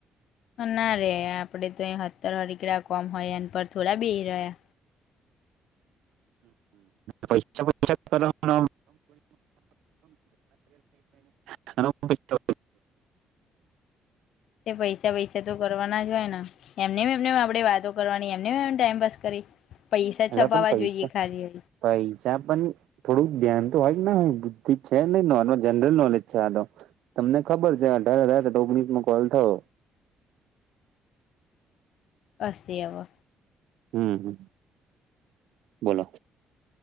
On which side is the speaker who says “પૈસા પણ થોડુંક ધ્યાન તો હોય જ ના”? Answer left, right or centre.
Right